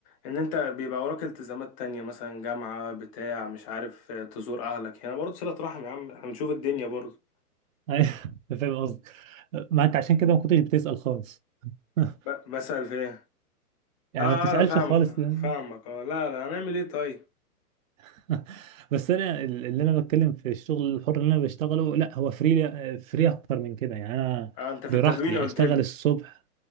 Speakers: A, on the left (about 25°); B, on the right (about 60°).
A: ان انت بيبقى وراك التزامات تانية مثلا جامعه بتاع مش عارف آه، تزور اهلك هنا برضه صله رحم يا عم هنشوف الدنيا برضه
B: أيوة، <laughs> أنا فاهم قصدك ما انت عشان كده ما كنتش بتسأل خالص <laughs>
A: ب- بسأل في ايه
B: يعني
A: اه
B: ما بتسألش
A: اه فاهمك
B: خالص ده.
A: فاهمك اه لا لا هنعمل ايه طيب
B: <laughs> بس انا ال- اللي انا بتكلم في الشغل الحر اللي انا بشتغله لا هو فري فري اكتر من كده يعني انا
A: آه انت في
B: براحتي
A: التدوين قلت
B: اشتغل
A: لي
B: الصبح